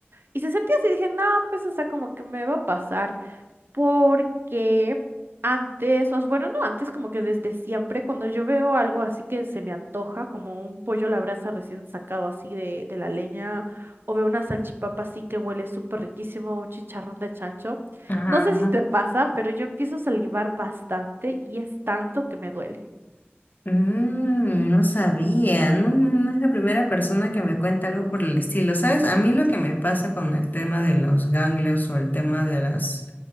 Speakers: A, on the right (about 60°); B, on the left (about 45°).
A: Y se sentía así, dije, no, pues, o sea, como que me va a pasar porque antes, os- bueno, no antes, como que desde siempre, cuando yo veo algo así que se me antoja, como un pollo a la brasa recién sacado así de, de la leña, o veo una salchipapa así que huele súper riquísimo, un chicharrón de chancho,
B: Ajá.
A: no sé
B: ajá.
A: si te pasa, pero yo empiezo a salivar bastante y es tanto que me duele.
B: Mm, no sabía, no, no no es la primera persona que me cuenta algo por el estilo. ¿Sabes? A mí lo que me pasa con el tema de los ganglios o el tema de las,